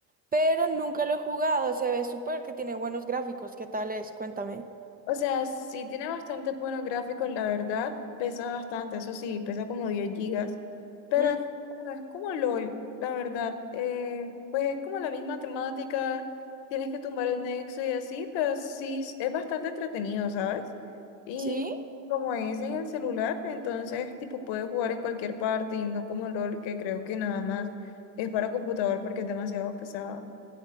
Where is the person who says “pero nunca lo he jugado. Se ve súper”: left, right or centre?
Right